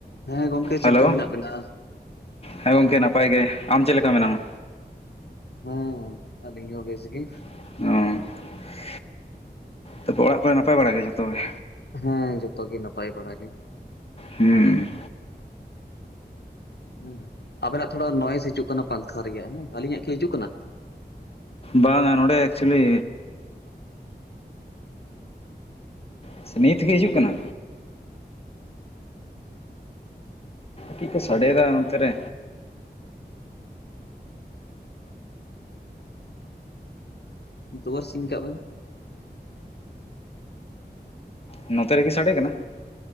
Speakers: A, on the left; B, on the left.
A: ᱦᱮᱸ ᱜᱚᱝᱠᱮ ᱪᱮᱫ
B: ᱦᱮᱞᱳ
A: ᱞᱮᱠᱟ ᱢᱮᱱᱟᱜ ᱵᱮᱱᱟ?
B: ᱦᱮᱸ ᱜᱚᱢᱠᱮ ᱱᱟᱯᱟᱭ ᱜᱮ ᱟᱢ ᱪᱮᱫ ᱞᱮᱠᱟ ᱢᱮᱱᱟᱢᱟ?
A: ᱦᱩᱸᱚᱦ ᱟᱹᱞᱤᱧ ᱦᱚ ᱵᱮᱥ ᱜᱮ᱾
B: ᱚᱻ ᱛᱟᱯᱚᱨ ᱚᱲᱟᱜ ᱠᱚᱨᱮ ᱱᱟᱯᱟᱭ ᱵᱟᱲᱟ ᱜᱮ ᱡᱚᱛᱚ ᱜᱮ?
A: ᱦᱮᱸ ᱡᱷᱚᱛᱚ ᱜᱮ ᱱᱟᱯᱟᱭ ᱵᱟᱲᱟ ᱜᱮ᱾
B: ᱦᱩᱸ
A: ᱦᱮᱸ ᱟᱵᱮᱱᱟᱜ ᱛᱷᱚᱲᱟ ᱱᱚᱭᱮᱥ ᱦᱤᱡᱩᱜ ᱠᱟᱱᱟ ᱯᱟᱝᱠᱷᱟ ᱨᱮᱭᱟᱜ ᱦᱮᱸ᱾ ᱟᱞᱤᱧᱟᱜ ᱠᱤ ᱦᱤᱡᱩᱜ ᱠᱟᱱᱟ?
B: ᱵᱟᱝ ᱱᱚᱰᱮ ᱮᱠᱪᱩᱞᱤ ᱥᱮ ᱱᱤᱛᱜᱮ ᱦᱤᱡᱩᱜ ᱠᱟᱱᱟ? ᱪᱮᱫ ᱠᱳ ᱥᱟᱰᱮᱭᱫᱟ ᱚᱱᱛᱮ ᱨᱮ?
A: ᱫᱩᱣᱟᱹᱨ ᱥᱤᱧ ᱠᱟᱜ ᱵᱮᱱ᱾
B: ᱱᱚᱛᱮ ᱨᱮᱜᱮ ᱥᱟᱰᱮ ᱠᱟᱱᱟ?